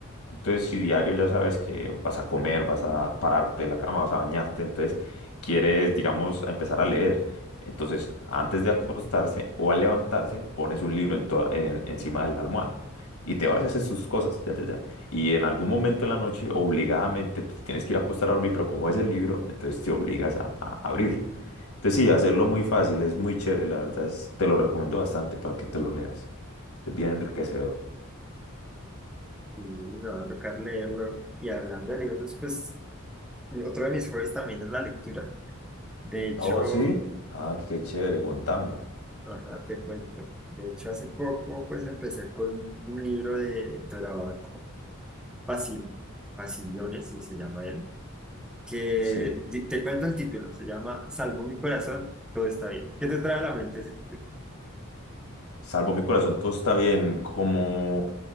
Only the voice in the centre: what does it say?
Y me va a tocar leerlo. Y hablando de libros, pues eh, otro de mis hobbies también es la lectura. De hecho,
Ajá, te cuento. De hecho, hace poco pues empecé con un libro de Héctor Abad Pasil, Pasiliones, sí se llama él, que
di- te cuento el título, se llama Salvo mi corazón, todo está bien. ¿Qué te trae a la mente ese título?